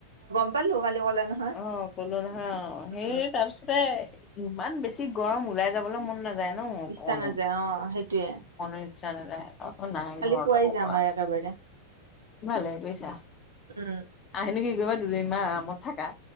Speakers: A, on the right (about 70°); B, on the left (about 25°).
A: পালোঁ, কালি ক'লা নহয়।
B: অ', ক'লো নহয়, সেই
A: উম
B: তাৰপিছতে ইমান বেছি গৰম ওলাই যাবলৈ মন নাযায় ন অকনো।
A: ইচ্ছা নাযায় অ', সেইটোৱে।
B: অকনো ইচ্ছা নাযায়। আকৌ নাই ঘৰতে
A: পুৱাই
B: <unintelligible> কোৱা,
A: যাম আৰু একেবাৰে
B: ভালেই কৰিছা।
A: উম
B: আহিনো কি কৰিবা দুদিনমান আৰামত থাকা।